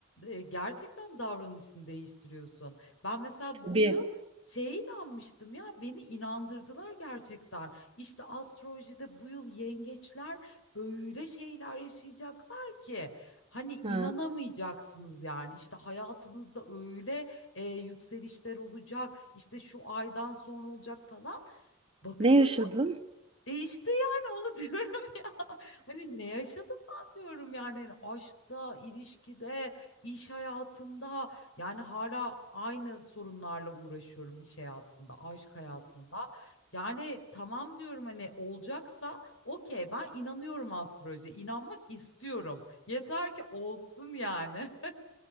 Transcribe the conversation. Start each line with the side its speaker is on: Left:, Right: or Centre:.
Left: e, gerçekten davranışını değiştiriyorsun. Ben mesela
Right: Tabii.
Left: bu yıl şeye inanmıştım ya beni inandırdılar gerçekten. İşte astrolojide bu yıl yengeçler öyle şeyler yaşayacaklar ki hani
Right: Ha.
Left: inanamayacaksınız yani. İşte hayatınızda öyle e, yükselişler olacak. işte şu aydan sonra olacak falan. Bakıyorum.
Right: Ne yaşadın?
Left: E işte yani onu <laughs> diyorum. Hani ne yaşadım ben diyorum yani hani aşkta, ilişkide, iş hayatında yani hala aynı sorunlarla uğraşıyorum iş hayatında, aşk hayatında. Yani tamam diyorum hani olacaksa okey ben inanıyorum astrolojiye, inanmak istiyorum. Yeter ki olsun yani. <laughs>